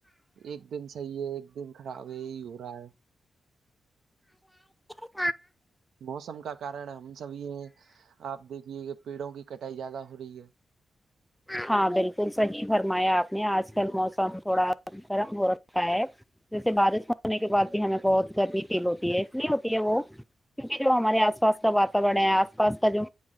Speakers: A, on the right; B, in the centre.
A: ایک دن صحیح ہے ایک دن خراب ہے یہی ہو رہا ہے
B: ہ
A: موسم کا کارن ہم سب یہ آپ دیکھیے کہ پیڑوں کی کٹائی زیادہ ہو رہی ہے
B: ہاں بالکل صحیح فرمایا آپ نے آج کل موسم تھوڑا گرم ہو رکھا ہے جیسے بارش ہونے کے بع بھی ہمیں بہت گرمی فیل ہوتی ہے اس لیے ہوتی ہے وہ کیونکہ جو ہمارے آس پاس کا واتاورن ہے آس پاس کا جو